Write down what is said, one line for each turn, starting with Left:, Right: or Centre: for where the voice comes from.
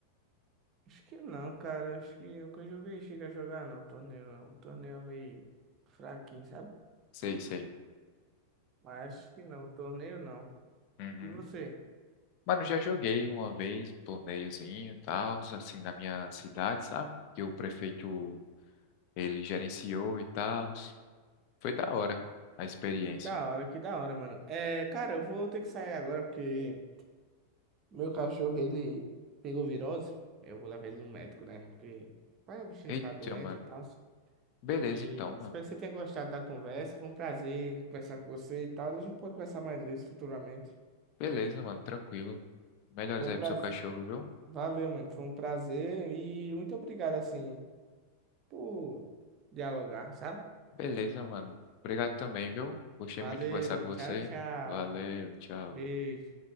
Right: Acho que não, cara. Acho que nunca joguei. Chega a jogar, não. Torneio não. Torneio é meio fraquinho, sabe?
Left: Sei, sei.
Right: Mas acho que não. Torneio não.
Left: Uhum.
Right: E você?
Left: Mano, já joguei uma vez um torneiozinho e tal, assim, na minha cidade, sabe? Que o prefeito, ele gerenciou e tal. Foi da hora a experiência.
Right: Que da hora, que da hora, mano. É, cara, eu vou ter que sair agora porque meu cachorro, ele pegou virose. Eu vou levar ele no médico, né? Porque vai o bichinho
Left: Eita,
Right: ficar doente
Left: mano.
Right: e tal.
Left: Beleza
Right: E
Left: então, mano.
Right: espero que você tenha gostado da conversa. Foi um prazer conversar com você e tal. A gente pode conversar mais vezes futuramente.
Left: Beleza, mano, tranquilo. Melhores
Right: Foi
Left: aí
Right: um prazer.
Left: pro seu cachorro, viu?
Right: Valeu, mano. Foi um prazer e muito obrigado, assim, por dialogar, sabe?
Left: Beleza, mano. Obrigado também, viu? Gostei
Right: Valeu,
Left: muito de conversar com você.
Right: tchau, tchau.
Left: Valeu, tchau.
Right: Beijo.